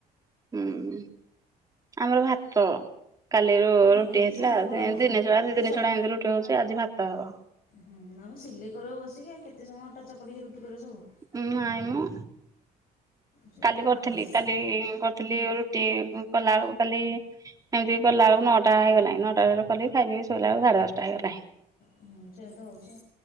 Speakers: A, on the right; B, on the left.
A: ହୁଁ ଆମର ଭାତ କାଲି ର
B: ଆମର
A: ରୁଟି
B: ବି
A: ହେଇଥିଲା
B: ସେମିତି କରାହେଉଛି
A: ଦିନେ
B: ମ
A: ଛଡା ଦି
B: ଆଉ
A: ଦିନି
B: ସବୁ
A: ଛଡା ଏମିତି ରୁଟି ହଉଛି ଆଜି ଭାତ ହବ।
B: ହୁଁ ଆମ ସିଲେଇ କର ବସିକି କେତେ ସମୟ ଅଟା ଚକଟିକି ରୁଟି କରିବ ସବୁ।
A: ହୁଁ ନାଇମ।
B: ସେ
A: କାଲି କରିଥିଲି
B: ଆମର ବି ପ୍ରାୟ
A: କାଲି କରିଥିଲି ରୁଟି କଲାଲୁ କାଲି ଏମିତି କଲା ଏଳେକୁ ନଅଟା ହେଇଗଲାଣି ନଅଟା କଲି ଖାଇ ପି ଶୋଇଲା ବେକୁ ସାଢେ ଦଶଟା ହେଇଗଲାଣି
B: ହୁଁ ସେମିତି ହଉଚି